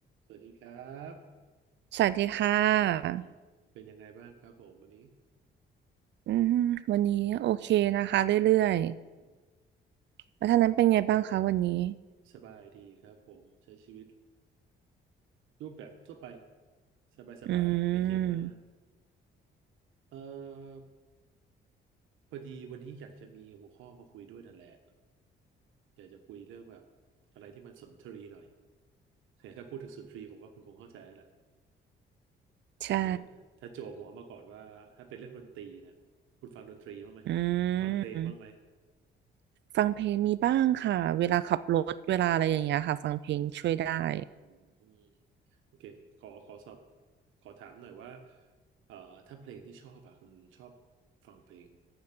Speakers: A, on the right; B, on the right.
A: สวัสดีครับ
B: สวัสดีค่ะ
A: อืมเป็นยังไงบ้างครับผมวันนี้
B: อืมวันนี้โอเคนะคะเรื่อย
A: อืม
B: ๆแล้วท่างนั้นเป็นไงบ้างคะวันนี้
A: สบายดีครับผมใช้ชีวิตรูปแบบทั่วไปสบายสบายไม่เครียดมาก
B: อืม
A: เอ่อพอดีวันนี้อยากจะมีหัวข้อมาคุยด้วยนั่นแหละอยากจะคุยเรื่องแบบอะไรที่มันสุนทรีหน่อย <laughs> ถ้าพูดถึงสุนทรีผมว่าคุณคงเข้าใจแล้วแหละ
B: ใช่
A: นะถ้าโจัวหัวมาก่อนว่าถ้าเป็นเรื่องดนตรีเนี่ยคุณฟังดนตรีบ้างไหมฮะฟังเพลงบ้างไหม
B: อืมฟังเพลงมีบ้างค่ะเวลาขับรถเวลาอะไรอย่างเงี้ยค่ะฟังเพลงช่วยได้
A: อืมโอเคขอขอสอบขอถามหน่อยว่าเอ่อถ้าเพลงที่ชอบอะคุณชอบฟังเพลง